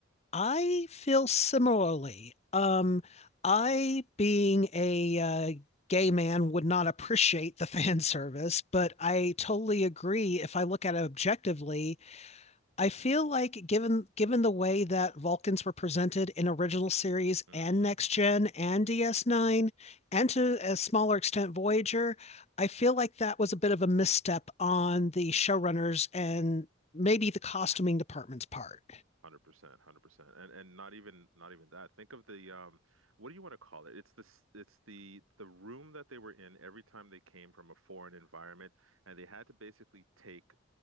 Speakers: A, on the left; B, on the right.
A: I feel similarly. Um, I, being a uh, gay man, would not appreciate the <laughs> fan service, but I totally agree. If I look at it objectively, I feel like given given the way that Vulcans were presented in original series
B: mm-hmm.
A: and Next Gen and DS9, and to a smaller extent Voyager, I feel like that was a bit of a misstep on the showrunners and maybe the costuming department's part.
B: Hundred percent, hundred percent, and and not even not even that. Think of the um, what do you want to call it? It's this, it's the the room that they were in every time they came from a foreign environment, and they had to basically take